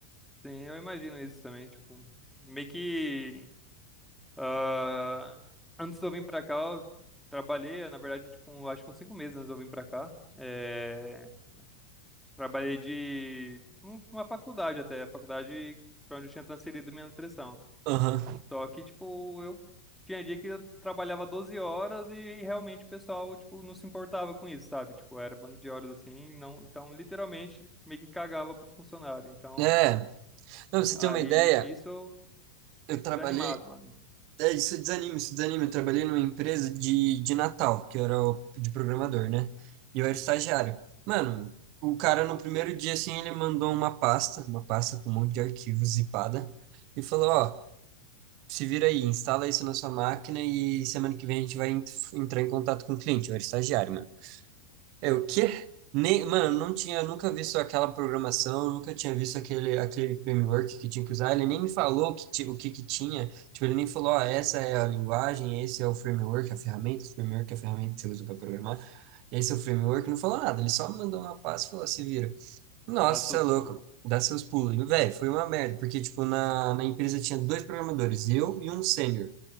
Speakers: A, in the centre; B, on the right.
A: Sim, eu imagino isso também, tipo, meio que. Ah, antes de eu vir pra cá, eu trabalhei, na verdade, tipo, acho que uns cinco meses antes de eu vir pra cá. É, trabalhei de um- uma faculdade até, a faculdade pra onde eu tinha transferido minha nutrição.
B: Aham.
A: Só que, tipo, eu tinha dia que eu trabalhava 12 horas e realmente o pessoal, tipo, não se importava com isso, sabe? Tipo, era banco de horas assim, não, então literalmente meio que cagava pro funcionário. Então,
B: É, não, pra você
A: aí
B: ter uma ideia,
A: nisso eu
B: eu
A: fiquei
B: trabalhei.
A: desanimado, mano.
B: É, isso desanima, isso desanima. Eu trabalhei numa empresa de, de Natal, que eu era o- de programador, né? E eu era estagiário. Mano, o cara no primeiro dia, assim, ele mandou uma pasta, uma pasta com um monte de arquivos zipada, e falou: Ó, se vira aí, instala isso na sua máquina e semana que vem a gente vai ent- entrar em contato com o cliente, eu era estagiário, mano. É
A: Uhum.
B: o quê? Nem, mano, não tinha, nunca visto aquela programação, nunca tinha visto aquele, aquele framework que tinha que usar, ele nem me falou que, ti- o que que tinha, tipo, ele nem falou, ó, essa é a linguagem, esse é o framework, a ferramenta, o framework é a ferramenta que você usa para programar, esse é o framework, não falou nada, ele só mandou uma pasta e falou, se vira. Nossa,
A: Dá seus
B: você é louco
A: pulos.
B: dá seus pulos. Velho, foi uma merda, porque, tipo, na, na empresa tinha dois programadores, eu e um sênior.